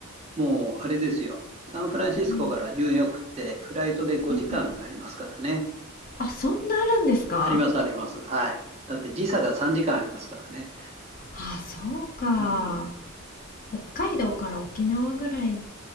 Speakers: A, on the right; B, on the left.
A: もう、あれですよ。サンフランシスコからニューヨークってフライトで5時間ありますからね。
B: はい、うん。あ、そんなあるんですか？
A: ありますあります。はい。だって時差が3時間ありますからね。
B: あ、そうか。
A: うん。
B: 北海道から沖縄ぐらい